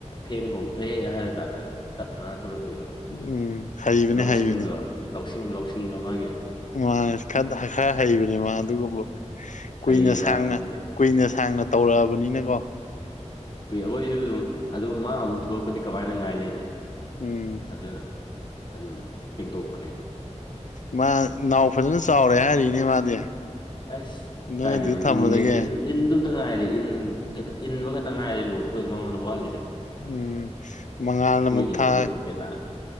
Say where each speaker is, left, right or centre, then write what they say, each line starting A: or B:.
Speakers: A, on the left; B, on the left.
A: ꯐꯦꯡꯍꯧꯈ꯭ꯔꯦ ꯍꯥꯏꯔ ꯀꯥꯟꯗ ꯇꯞꯅ ꯊꯣꯛꯂꯛꯇꯦꯕ
B: ꯎꯝ ꯍꯩꯕꯅꯦ
A: ꯂꯧꯁꯤꯡꯗꯣ
B: ꯍꯩꯕꯅꯦ
A: ꯂꯧꯁꯤꯡ ꯂꯧꯁꯤꯡꯗꯣ ꯃꯥꯒꯤ
B: ꯃꯥ ꯈꯔ ꯍꯩꯕꯅꯦ ꯃꯥ ꯑꯗꯨꯒꯨꯝꯕ ꯀꯨꯏꯅ
A: ꯍꯩꯌꯦ
B: ꯁꯥꯡꯅ
A: ꯃꯥ ꯐꯖꯅ ꯍꯩ
B: ꯀꯨꯏꯅ ꯁꯥꯡꯅ ꯇꯧꯔꯛꯑꯕꯅꯤꯅꯀꯣ
A: ꯀꯨꯏ ꯑꯩꯈꯣꯏꯁꯨ ꯑꯗꯨꯝ ꯑꯗꯨꯝ ꯃꯥ ꯑꯃꯨꯛ ꯊꯣꯛꯂꯛꯄꯗꯤ ꯀꯃꯥꯏꯅ ꯉꯥꯏ ꯂꯩꯅꯤ
B: ꯎꯝ
A: ꯑꯗꯨꯅ ꯑꯗꯨꯝ ꯐꯦꯡꯗꯣꯛꯄꯅꯦꯕ
B: ꯃꯥ ꯅꯥꯎ ꯐꯖꯅ ꯆꯥꯎꯔꯦ ꯍꯥꯏꯔꯤꯅꯦ ꯃꯥꯗꯤ
A: ꯑꯁ
B: ꯅꯣꯏ
A: ꯀꯥꯏꯗꯅꯣ
B: ꯑꯗꯨ ꯊꯝꯕꯗꯒꯤ
A: ꯏꯟꯗꯤ ꯏꯟ ꯏꯟꯗꯨꯇ ꯉꯥꯏꯔꯦ ꯏꯟ ꯈꯤꯇ ꯏꯟꯕ ꯈꯛꯇ ꯉꯥꯏꯔꯦ ꯂꯣꯏ ꯑꯩꯈꯣꯏ ꯃꯉꯣꯟꯗ ꯋꯥꯠꯂꯛꯏꯁꯦ
B: ꯎꯝ ꯃꯉꯥꯜꯅ ꯑꯃꯨꯛ
A: ꯏꯜꯂꯗꯤ
B: ꯊꯥꯏ
A: ꯑꯣꯀꯦ ꯇꯥꯔꯦ